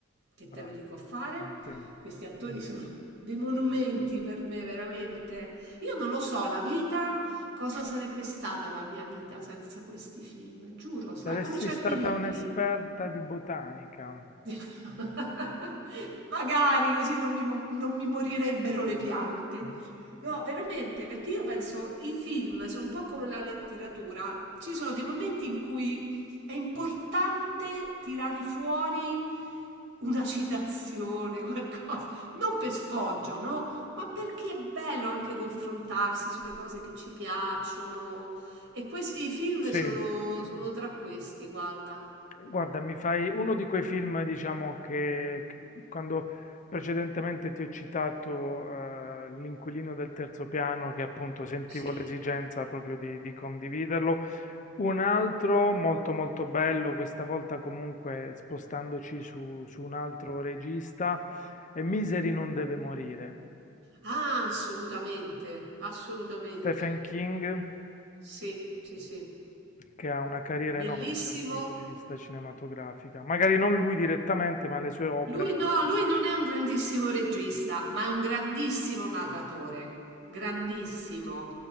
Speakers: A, on the right; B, on the left.
A: che te
B: Bravo.
A: lo dico a fare.
B: Sì.
A: Questi attori sono dei monumenti per me, veramente. Io non lo so, la vita, cosa sarebbe stata la mia vita senza questi film? Giuro, sai,
B: Saresti
A: come certi
B: stata
A: libri.
B: un'esperta di botanica.
A: <laughs> Magari così non mi mo non mi morirebbero le piante. No, veramente, perché io penso i film sono un po' come la letteratura. Ci sono dei momenti in cui è importante tirare fuori una citazione, <laughs> qualcosa, non per sfoggio, no? Ma perché è bello anche confrontarsi sulle cose che ci piacciono. E questi, i film
B: Sì.
A: sono, sono tra questi, guarda.
B: Guarda, mi fai uno di quei film, diciamo, che che quando precedentemente ti ho citato eh, L'inquilino del terzo piano, che appunto sentivo
A: Sì,
B: l'esigenza proprio di, di condividerlo, Un altro molto molto bello, questa volta comunque spostandoci su, su un altro regista, è Miseri non deve morire.
A: Ah, assolutamente, assolutamente.
B: Stephen King,
A: Sì, sì, sì. Vero.
B: che ha una carriera enorme
A: Bellissimo
B: dal punto di vista cinematografica. Magari non lui direttamente, ma le sue opere.
A: Lui no, lui non è un grandissimo regista, ma è un grandissimo narratore, grandissimo.